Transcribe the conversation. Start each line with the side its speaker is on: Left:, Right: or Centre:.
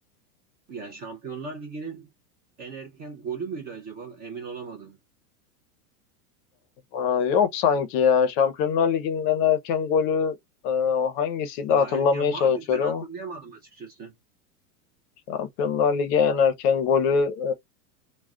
Right: Yani Şampiyonlar Ligi'nin en erken golü müydü acaba? Emin olamadım.
Left: Aa, yok sanki ya. Şampiyonlar Ligi'nin en erken golü e, o hangisiydi
Right: Daha
Left: hatırlamaya
Right: erken
Left: çalışıyorum.
Right: var mıydı? Ben hatırlayamadım açıkçası.
Left: Şampiyonlar Ligi en erken golü